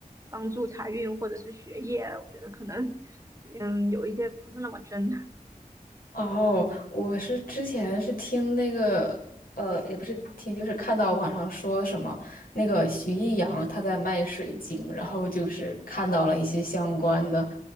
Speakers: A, on the right; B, on the left.
A: 帮助财运或者是学业，我觉得可能，<laughs> 嗯，有一些不是那么真。<laughs>
B: 哦，我是之前是听那个呃，也不是听，就是看到网上说什么那个徐艺洋他在卖水晶，然后就是看到了一些相关的，